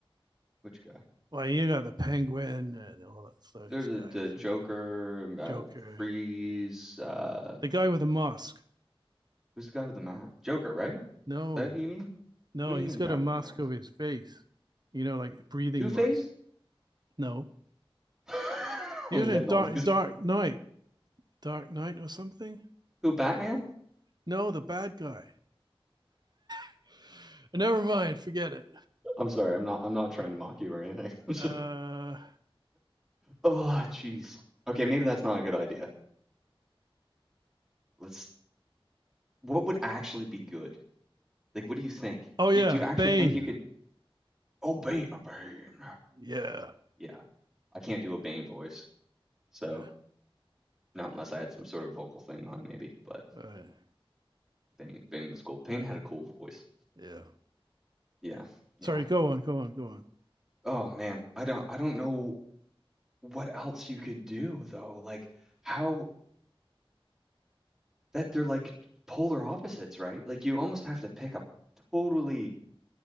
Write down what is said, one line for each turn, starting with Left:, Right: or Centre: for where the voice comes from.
Centre: Which guy?
Right: Well, you got the Penguin and all that, those
Centre: There's a,
Right: guys,
Centre: the Joker,
Right: uh,
Centre: uh,
Right: Joker,
Centre: Freeze, uh
Right: the guy with the mask.
Centre: Who's the guy with the mask? Joker, right? Is
Right: No,
Centre: that who you mean?
Right: no,
Centre: What do
Right: he's
Centre: you mean
Right: got
Centre: the guy
Right: a
Centre: with
Right: mask
Centre: the mask?
Right: over his face. You know, like breathing
Centre: Two Face?
Right: mask. No,
Centre: <laughs>
Right: he
Centre: I'm
Right: was
Centre: getting
Right: in Dark
Centre: all these.
Right: Dark Knight, Dark Knight or something.
Centre: Who? Batman?
Right: No, the bad guy. <laughs> Never mind, forget it.
Centre: I'm sorry. I'm not. I'm not trying to mock you or anything. <laughs> I'm just.
Right: Uh,
Centre: Oh, jeez. Okay, maybe that's not a good idea. Let's. What would actually be good? Like, what do you think?
Right: oh yeah,
Centre: Do, do you actually
Right: Bane.
Centre: think you could? Oh, Bane, a Bane.
Right: Yeah,
Centre: Yeah, I can't do a Bane voice, so
Right: yeah,
Centre: not unless I had some sort of vocal thing on, maybe. But
Right: all right,
Centre: Bane, Bane was cool. Bane had a cool voice.
Right: yeah.
Centre: Yeah, yeah.
Right: Sorry, go on, go on, go on.
Centre: Oh man, I don't I don't know what else you could do though. Like how that they're like polar opposites, right? Like you almost have to pick a totally